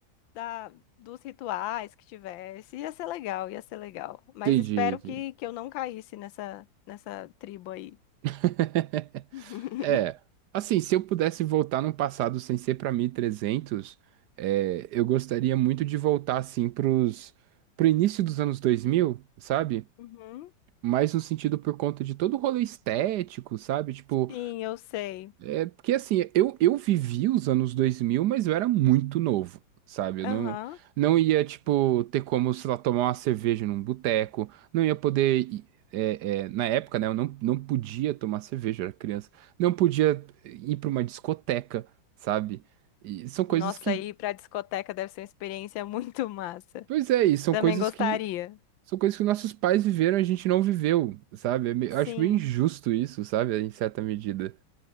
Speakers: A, on the left; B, on the right.
A: da, dos rituais que tivesse. Ia ser legal, ia ser legal. Mas
B: entendi,
A: espero
B: entendi.
A: que, que eu não caísse nessa, nessa tribo aí.
B: <laughs>
A: <laughs>
B: É, assim, se eu pudesse voltar no passado sem ser pra 1300, é, eu gostaria muito de voltar, assim, pros, pro início dos anos 2000, sabe?
A: Uhum.
B: Mais no sentido por conta de todo o rolê estético, sabe? Tipo,
A: Sim, eu sei.
B: é porque assim, eu, eu vivi os anos 2000 mas eu era muito novo, sabe? Eu
A: Aham.
B: não, não ia, tipo, ter como, sei lá, tomar uma cerveja num boteco, não ia poder. ir- é, é, na época, né, eu não, não podia tomar cerveja, eu era criança, não podia ir para uma discoteca, sabe? E são coisas
A: Nossa,
B: que.
A: ir pra discoteca deve ser uma experiência muito <laughs> massa.
B: Pois é, e são
A: Também
B: coisas
A: gostaria.
B: que. São coisas que nossos pais viveram e a gente não viveu, sabe? Eu me-
A: Sim,
B: eu acho meio injusto isso, sabe? Em certa medida.